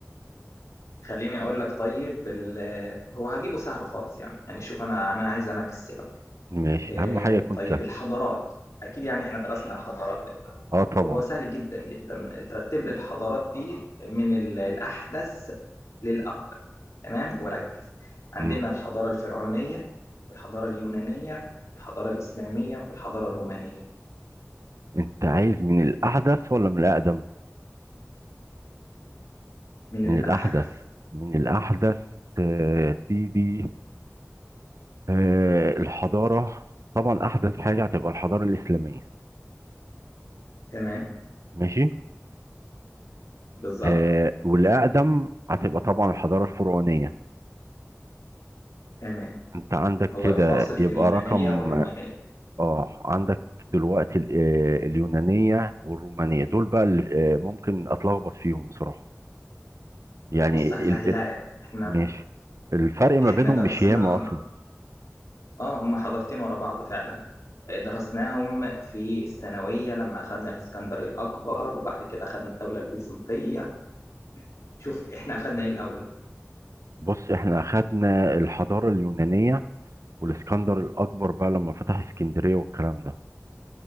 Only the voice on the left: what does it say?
خليني أقول لك طيب ال- هو هجيبه سهل خالص يعني يعني شوف أنا أنا عايز أنا أكسبك
آه
طيب
الحضارات أكيد يعني إحنا درسنا الحضارات
هو سهل جدا جدا ترتب لي الحضارات دي من ال- الأحدث للأقدم تمام وركز
عندنا الحضارة الفرعونية والحضارة اليونانية والحضارة الإسلامية والحضارة الرومانية
من
الأحدث
تمام
بالظبط
تمام
هو
الفاصل
في اليونانية
والرومانية
بص هسهلها
لك احنا
احنا
درسناهم
اه هم حضارتين ورا بعض فعلا درسناهم في الثانوية لما أخذنا الإسكندر الأكبر وبعد كده أخذنا الدولة البيزنطية شوف احنا اخدنا ايه الاول